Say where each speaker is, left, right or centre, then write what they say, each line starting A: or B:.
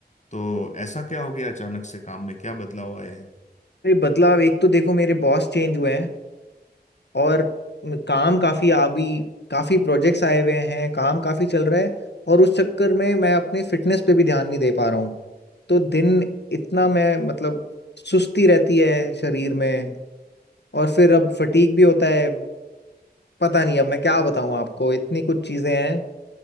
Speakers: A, on the left (about 45°); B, on the left (about 85°).
A: तो ऐसा क्या हो गया अचानक से काम में क्या बदलाव आए
B: ये बदलाव एक तो देखो मेरे बॉस चेंज हुए हैं और काम काफी अभी काफी प्रोजेक्ट्स आए हुए हैं काम काफी चल रहा है और उस चक्कर में मैं अपनी फिटनेस पे भी ध्यान नहीं दे पा रहा हूँ तो दिन इतना मैं मतलब सुस्ती रहती है शरीर में और फिर अब फटीग भी होता है पता नहीं अब मैं क्या बताऊँ आपको इतनी कुछ चीजें हैं